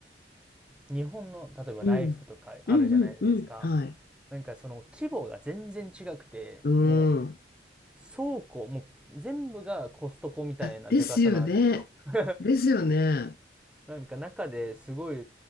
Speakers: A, in the centre; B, on the left (about 55°).
A: 日本の、例えばライフとかあるじゃないですか。
B: うん。うんうんうん。はい。
A: なんかその規模が全然違くて、
B: うん。
A: もう倉庫、もう全部がコストコみたいなでかさなんですよ。
B: あ、ですよね。
A: <laughs>
B: ですよね。
A: なんか中ですごい